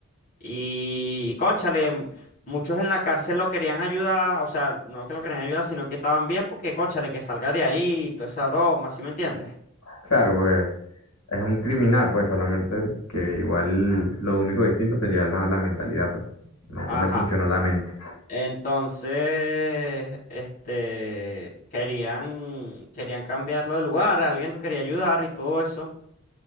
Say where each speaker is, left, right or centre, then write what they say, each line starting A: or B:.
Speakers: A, on the left; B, on the left.
A: Y, cónchale, m- muchos en la cárcel lo querían ayudar, o sea, no que lo querían ayudar, sino que estaban bien porque, cónchale, que salga de ahí, toda esa broma, ¿sí me entiendes?
B: claro, porque es un criminal, pues solamente que igual lo único distinto sería la, la mentalidad, pues no
A: Ajá.
B: le funciona la mente.
A: Entonces, este, querían, querían cambiarlo de lugar, alguien lo quería ayudar y todo eso.